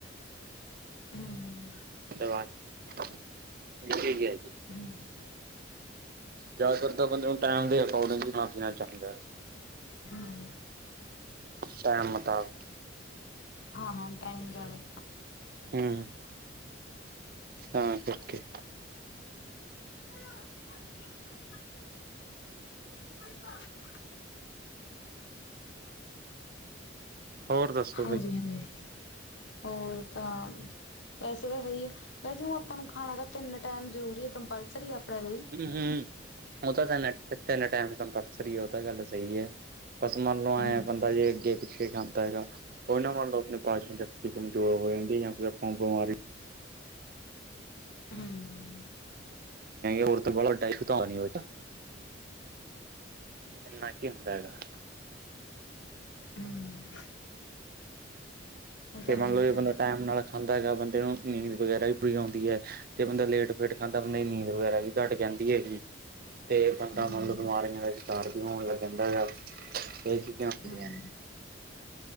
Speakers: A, on the left (about 75°); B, on the right (about 50°).
A: ਹਮ
B: ਅਦਾ ਬਾਦ ਜ
A: ਹ
B: ਜਿਆਦਾਤਰ ਬੰਦੇ ਨੂੰ ਟਾਈਮ ਦੇ ਅਕੋਰਡਿੰਗ ਹੀ ਖਾਣਾ ਪੀਣਾ ਚਾਹੀਦਾ ਹੈ
A: ਹਮ
B: ਸੈਮਤਾ
A: ਹਾਂ- ਹਾਂ ਟਾਈਮਵੇ
B: ਹਮ ਤਾਂ ਕਰਕੇ
A: <inaudible> ਹ
B: ਹੋਰ ਦੱਸੋ
A: ਹਾਂਜੀ
B: ਬਈ
A: ਹਾਂਜੀ ਹੋਰ ਤਾਂ ਵੈਸੇ ਤਾਂ ਸਹੀ ਹੈ ਵੈਸੇ ਹੁ ਆਪਾਂ ਨੂੰ ਖਾਣਾ ਤਾਂ ਤਿੰਨ ਟਾਈਮ ਜ਼ਰੂਰੀ ਹੈ ਕੰਪਲਸਰੀ ਆਪਣੇ ਲਈ
B: ਹਮ ਹਮ ਉਹ ਤਾਂ ਤੈਨ ਤਿੰਨ ਟਾਈਮ ਕੰਪਲਸ ਹੈ ਉਹ ਤਾਂ ਗੱਲ ਸਹੀ ਹੈ ਬਸ ਮੰਨ ਲਓ ਐਏਂ
A: ਹੂੰ
B: ਬੰਦਾ ਜੇ ਅੱਗੇ ਪਿੱਛੇ ਖਾਂਦਾ ਹੈਗਾ ਕੋਈ ਨਾ ਮੰਨ ਲਓ ਆਪਣੇ ਪਾਸ਼ ਨੂੰ ਕਮਜ਼ੋਰ ਹੋ ਜਾਂਦੀ ਜਾਂ ਕੋਈ ਆਪਾਂ ਬਿਮਾਰੀ
A: ਹਮ
B: ਹੋਰ ਤਾਂ ਬਾ ਵੱਡਾ ਤਾਂ ਨੀ ਹੋ ਇਨਾ ਕੀ ਹੁੰਦਾ ਹੈਗਾ।
A: ਹਮ
B: ਕਿ
A: ਹੈਗਾ
B: ਮੰਨਲਓ ਜ
A: ਵਾ।
B: ਬੰਦਾ ਟਾਈਮ ਨਾਲ ਖਾਂਦਾ ਹੈਗਾ ਬੰਦੇ ਨੂੰ ਨੀਂਦ ਵਗੈਰਾ ਵੀ ਪੂਰੀ ਆਉਂਦੀ ਹੈ ਤੇ ਬੰਦਾ ਲੇਟ ਫੇਟ ਖਾਂਦਾ ਬੰਦਾ ਦੀ ਨੀਂਦ ਵਗੈਰਾ ਵੀ ਘੱਟ ਜਾਂਦੀ ਹੈਗੀ ਤੇ ਬੰਦਾ
A: ਹੂੰ
B: ਮੰਤਬ ਬਿਮਾਰੀਆਂ ਦਾ ਸ਼ਿਕਾਰ ਵੀ ਹੋਣ ਲੱਗ ਜਾਂਦਾ ਹੈਾ ਇਹ ਚੀਜ਼ਾਂ ਹੁੰਦੀਆਂ
A: ਹੂੰ
B: ਨੇ